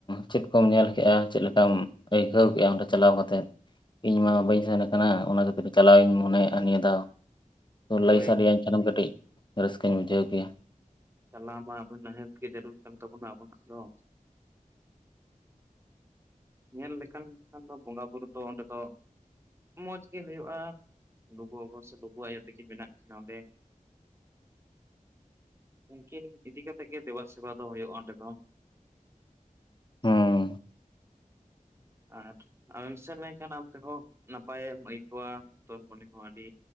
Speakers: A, on the left; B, on the right.
A: ᱪᱮᱫ ᱠᱚᱢ ᱧᱮᱞ ᱠᱮᱜ-ᱟ ᱪᱮᱫ ᱞᱮᱠᱟᱢ ᱟᱹᱭᱠᱟᱹᱣ ᱠᱮᱫ-ᱟ ᱚᱸᱰᱮ ᱪᱟᱞᱟᱣ ᱠᱟᱛᱮ ᱤᱧ ᱢᱟ ᱵᱟᱹᱧ ᱥᱮᱱ ᱟᱠᱟᱱᱟ ᱚᱱᱟ ᱠᱷᱟᱹᱛᱤᱨ ᱪᱟᱞᱟᱣ ᱤᱧ ᱢᱚᱱᱮᱭᱮᱫ-ᱟ ᱱᱤᱭᱟᱹ ᱫᱷᱟᱣ ᱛᱚ
B: ᱦᱳᱭ
A: ᱞᱟᱹᱭ ᱥᱟᱰᱮᱭ ᱟᱹᱧ ᱠᱷᱱ ᱠᱟᱹᱴᱤᱡ ᱨᱟᱹᱥᱠᱟᱹᱧ ᱵᱩᱡᱷᱟᱹᱣ ᱠᱮᱭᱟ
B: ᱪᱟᱞᱟᱜ ᱢᱟ ᱟᱵᱚ ᱱᱤᱦᱟᱹᱛ ᱜᱮ ᱡᱚᱨᱩᱨ ᱠᱟᱱ ᱛᱟᱵᱚᱱᱟ ᱟᱵᱚ ᱠᱚᱫᱚ ᱧᱮᱞ ᱞᱮᱠᱷᱟᱱ ᱢᱮᱱᱠᱟᱷᱟᱱ ᱫᱚ ᱵᱚᱸᱜᱟ ᱵᱩᱨᱩ ᱫᱚ ᱚᱸᱰᱮ ᱫᱚ ᱢᱚᱸᱡᱽ ᱜᱮ ᱦᱩᱭᱩᱜ-ᱟ ᱞᱩᱜᱩ ᱵᱟᱵᱟ ᱥᱮ ᱞᱩᱜᱩ ᱟᱭᱳ ᱛᱟᱠᱤᱱ ᱢᱮᱱᱟᱜ ᱠᱤᱱᱟ ᱚᱸᱰᱮ ᱩᱱᱠᱤᱱ ᱤᱫᱤ ᱠᱟᱛᱮ ᱜᱮ ᱫᱮᱵᱟᱥᱮᱵᱟ ᱫᱚ ᱦᱩᱭᱩᱜ-ᱟ ᱚᱸᱰᱮ ᱫᱚ
A: ᱦᱩᱸ
B: ᱟᱨ ᱟᱢᱮᱢ ᱥᱮᱱ ᱞᱮᱱᱠᱷᱟᱱ ᱟᱢ ᱛᱮᱦᱚᱸ ᱱᱟᱯᱟᱭᱮᱢ ᱟᱹᱭᱠᱟᱹᱣᱟ ᱦᱳᱭᱟ ᱛᱚ ᱢᱚᱱᱮ ᱦᱚᱸ ᱟᱹᱰᱤ